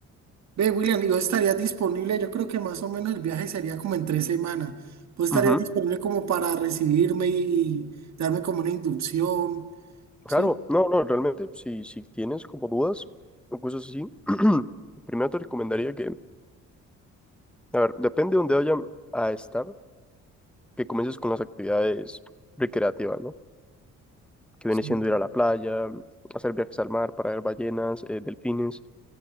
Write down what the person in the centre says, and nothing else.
Ujú.
Claro,
no, no, realmente si, si tienes como dudas o cosas así, <clears throat> primero te recomendaría que, a ver, depende de dónde vayan a estar, que comiences con las actividades recreativas, ¿no? Que
viene siendo ir a la playa, hacer viajes al mar para ver ballenas, eh, delfines,